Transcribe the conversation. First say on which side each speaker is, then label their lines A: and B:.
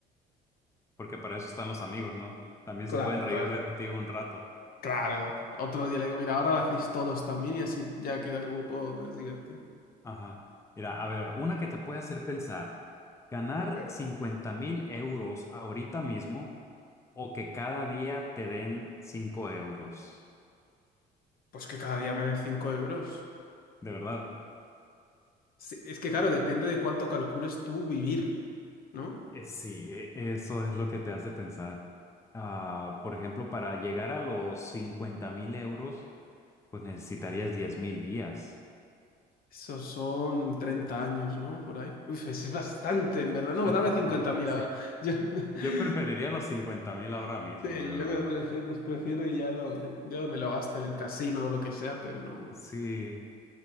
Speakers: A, on the left; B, on the left.
A: porque para eso están los amigos, ¿no? También
B: Claro,
A: se pueden reír
B: claro.
A: de ti un rato.
B: Claro. Otro día le digo, mira, ahora lo hacéis todos también y así ya queda el grupo más divertido.
A: Ajá. Mira, a ver, una que te puede hacer pensar, ganar
B: A ver,
A: 50 mil euros ahorita mismo o que cada día te den 5 euros.
B: pues que cada día me den 5 euros.
A: De verdad.
B: Sí, Es que claro, depende de cuánto calcules tú vivir, ¿no?
A: Eh, sí, E- Eso es lo que te hace pensar. Ah, por ejemplo, para llegar a los 50 mil euros, pues necesitarías diez mil días.
B: Esos son 30 años, ¿no? Por ahí. Uf, es bastante, en verdad. No,
A: <laughs>
B: dame cincuenta mil
A: Sí.
B: ahora. Yo, <laughs>
A: Yo preferiría los cincuenta mil ahora mismo,
B: sí,
A: de verdad.
B: yo los prefiero, los prefiero y ya, lo, ya me lo gasto en el casino o lo que sea, pero no.
A: Sí,